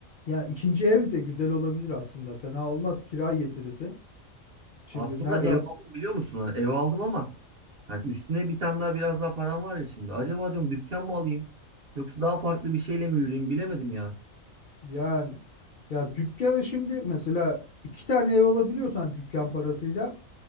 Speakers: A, on the left (about 50°); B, on the right (about 55°).
A: Ya ikinci ev de güzel olabilir aslında. Fena olmaz kira getirisi. Şimdi
B: Aslında
A: nereden
B: ev aldım biliyor musun? Hani ev aldım ama Yani üstüne bir tane daha biraz daha param var ya şimdi. Acaba diyorum dükkan mı alayım? Yoksa daha farklı bir şeyle mi yürüyeyim bilemedim ya.
A: Yani ya dükkanı şimdi mesela iki tane ev alabiliyorsan dükkan parasıyla